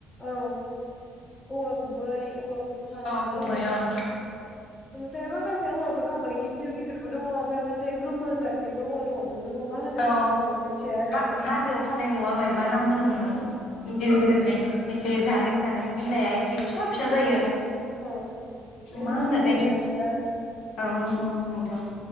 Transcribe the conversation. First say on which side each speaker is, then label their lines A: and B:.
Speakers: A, on the left (about 35°); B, on the left (about 70°).
A: औ औवा गुबै औवा बुरखा
B: अ
A: बिदि
B: गुबै
A: दं आरो
B: ओं
A: औ बेनिफ्राय माखा से औवाबो दङ माने गिदिर गिदिरबो दङ ओमफ्राय मोनसे गोमो जादनिबो औवा दङ। बेफोरखौ मा होनो
B: अ
A: नामफोरखौ मिथिया आरो
B: हा - हाजोआव थानाय औवा मायबा नाम होनोमोन गिदिर गिदिरलै। एसे जारें जारें बिलाया एसे फिसा फिसा जायो।
A: औ माने
B: मा
A: मुंफोरखौ
B: होनोथाय
A: मिथिला
B: औ
A: आरो
B: औ नोंथां।